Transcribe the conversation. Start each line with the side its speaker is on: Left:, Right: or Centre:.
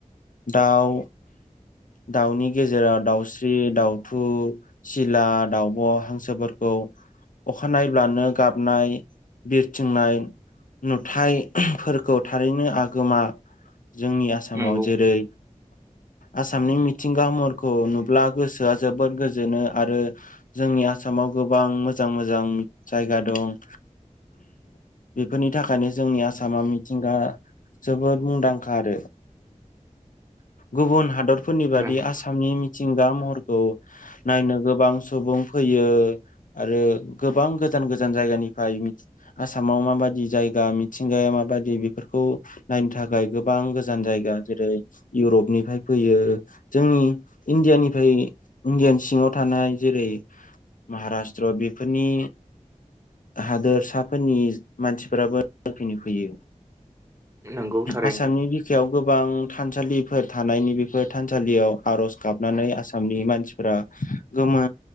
Left: दाउ दाउनि गेजेराव दाउस्रि दाउथु सिला दावब' हांसोफोरखौ अखानायब्लानो गाबनाय बिरथिंनाय नुथायफोरखौ थारैनो आगोमा जोंनि आसामाव
Right: नंगौ
Left: जेरै आसामनि मिथिंगा महरखौ नुब्ला गोसोआ जोबोद गोजोनो आरो जोंनि आसामाव गोबां मोजां मोजां जायगा दं बेफोरनि थाखायनो जोंनि आसामा मिथिंगा जोबोद मुंदांखा आरो गुबुन हादरफोरनि बादि
Right: नंगौ
Left: आसामनि मिथिंगा महरखौ नायनो गोबां सुबुं फैयो आरो गोबां गोजान गोजान जायगानिफ्राय आसामाव माबादि जायगा मिथिंगाया माबादि बेफोरखौ नायनो थाखाय गोबां गोजान जायगा जेरै इउरपनिफ्राय फैयो जोंनि इण्डियानिफ्राय इण्डियानि सिङाव थानाय जेरै महाराष्ट्र बेफोरनि हादोर <unintelligible> फोरनि मानसिफोराबोनो फैयो
Right: नंगौ थारैनो
Left: आसामनि बिखायाव गोबां थानसालिफोर थानायनि बेफोर थानसालियाव आर'ज गाबनानै आसामनि मानसिफो फोरा गोमो